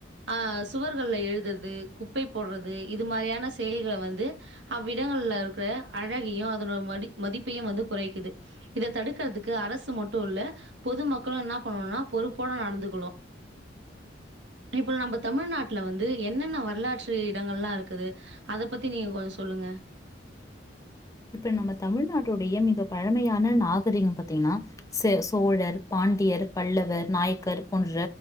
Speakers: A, on the right; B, on the left.
A: அ சுவர்கள்ல எழுதுற்து குப்பை போட்றது இது மாரியான செயல்கள வந்து அவ்விடங்கள்ல இருக்குற அழகியு அதனோட மதி மதிப்பையு வந்து குறைக்குது இத தடுக்கிறதுக் க்கு அரசு மட்டு இல்ல பொது மக்களு என்ன பண்ணணுனா பொறுப்போட நடந்துக்கணு இப்ப நம்ப தமிழ்நாட்ல வந்து என்னென்ன வரலாற்று இடங்கள் ல்லா இருக்குது அத பத்தி நீங் கொஞ்சோ சொல்லுங்க
B: இப்ப நம்ம தமிழ்நாட்டுடைய மிக பழமையான நாகரீகம் பாத்தீங்ன்னா ச சோழர் பாண்டியர் பல்லவர் நாயக்கர் போன்ற